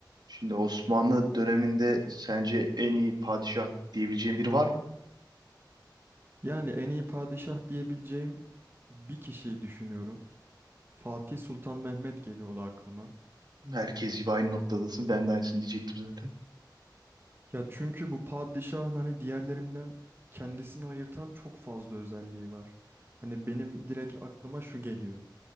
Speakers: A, on the right (about 65°); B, on the right (about 30°).
A: Şimdi Osmanlı döneminde sence en iyi padişah diyebileceğin biri var mı?
B: Yani en iyi padişah diyebileceğim bir kişiyi düşünüyorum. Fatih Sultan Mehmet geliyordu aklıma.
A: Herkes gibi aynı noktadasın. Ben de aynısını diyecektim zaten.
B: Ya çünkü bu padişahın hani diğerlerinden kendisini ayırtan çok fazla özelliği var. Hani benim direkt aklıma şu geliyor.